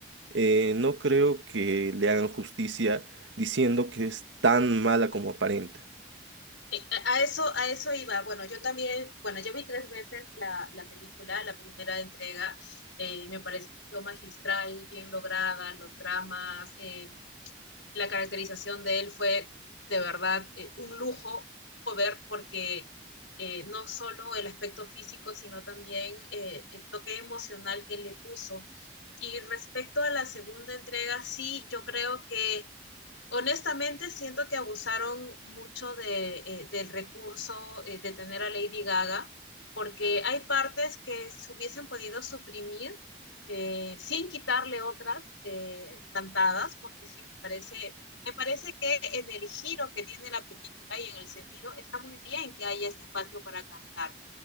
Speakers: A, on the right; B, on the left.
A: eh, no creo que le hagan justicia diciendo que es tan mala como aparenta.
B: Eh, A a eso, a eso iba. Bueno, yo también, bueno, yo vi tres veces la, la película, la primera entrega, eh, me pareció magistral, bien lograda, los dramas, eh, la caracterización de él fue de verdad eh, un lujo ver porque eh, no solo el aspecto físico, sino también eh, el toque emocional que le puso. Y respecto a la segunda entrega, sí, yo creo que Honestamente, siento que abusaron mucho de, eh, del recurso eh, de tener a Lady Gaga, porque hay partes que se hubiesen podido suprimir eh, sin quitarle otras eh, cantadas, porque sí me parece, me parece que en el giro que tiene la película y en el sentido está muy bien que haya este espacio para cantar.